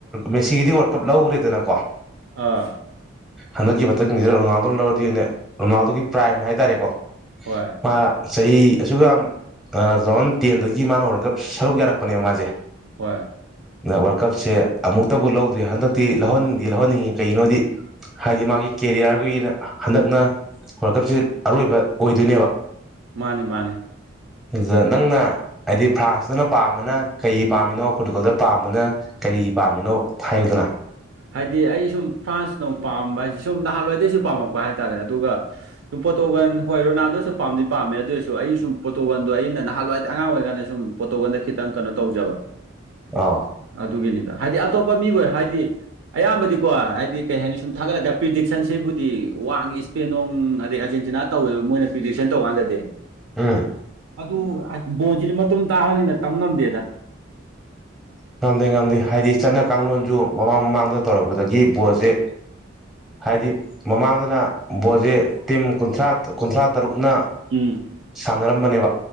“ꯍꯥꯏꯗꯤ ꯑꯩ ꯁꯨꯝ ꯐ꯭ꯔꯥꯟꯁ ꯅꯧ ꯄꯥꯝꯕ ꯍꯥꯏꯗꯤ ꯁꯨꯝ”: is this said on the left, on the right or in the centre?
Right